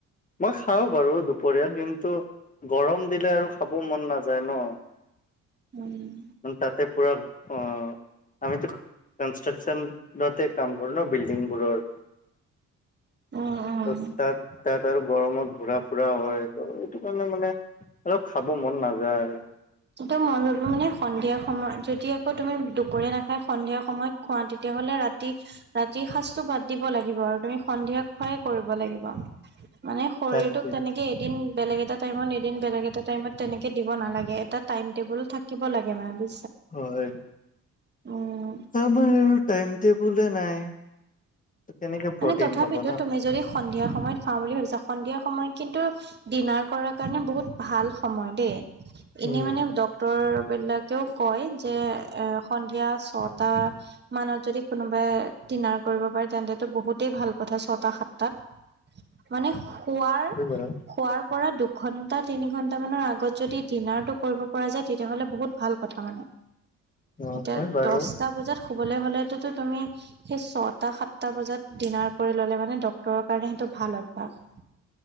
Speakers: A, on the left (about 25°); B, on the right (about 35°).
A: মই খাওঁ বাৰু দুপৰীয়া, কিন্তু গৰম দিলে আৰু খাব মন নাযায় ন।
B: উম।
A: ম তাতে পুৰা অ। আমিটো কনষ্ট্ৰাকচনতে কাম কৰো ন বিল্ডিং বোৰৰ। ত
B: উম উম
A: তাত তাত আৰু, গৰমত ঘুৰা ফুৰা হয়। ত এইটো কাৰণে মানে অলপ খাব মন নাযায়।
B: কিন্তু মই ভাবিলো মানে সন্ধিয়া সময়ত যদি আকৌ তুমি দুপৰীয়া নাখায় সন্ধিয়া সময়ত খোৱা। তেতিয়া তেনেহলে ৰাতি ৰাতিৰ সাজটো বাদ দিব লাগিব আৰু তুমি সন্ধিয়া খুৱাই কৰিব লাগিব। মানে শৰীৰটোক
A: তাকে
B: তেনেকে এদিন বেলেগ এটা টাইমত, এদিন বেলেগ এটা টাইমত তেনেকে দিব নালাগে। তাত টাইম টেবুলও থাকিব লাগে। মানে,
A: হয়
B: উম
A: আমাৰ টাইমটেবুলে নাই। কেনেকে প্ৰটিন
B: মানে তথাপিতো
A: পাব না
B: তুমি যদি সন্ধিয়া, সময়ত খাওঁ বুলি ভাবিছা, সন্ধিয়া সময়ত কিন্তু ডিনাৰ কৰাৰ কাৰণে বহুত ভাল সময় দেই। এনেই
A: উম
B: মানে ডক্তৰ বিলাক, তেওঁ কয় যে, এ সন্ধিয়া ছটা মানত যদি কোনোবাই দিনাৰ, কৰিব পাৰে তেন্তটো বহুতেই ভাল কথা ছটা সাতটাত মানে খোৱাৰ
A: সেইটো বাৰু
B: খোৱাৰ পৰা দুখ- ঘন্টা তিনি ঘন্টা মানৰ আগত যদি ডিনাৰটো কৰিব পৰা যায়, তেতিয়াহলে বহুত ভাল কথা মানে।
A: অ
B: এতিয়া
A: হয় বাৰু
B: দশটা বজাত শুবলৈ হলে তুমি সেই ছত- সটা সাতটা বজাত ডিনাৰ কৰি ললে মানে, ডক্তৰৰ কাৰণে সেইটো ভাল অভ্যাস।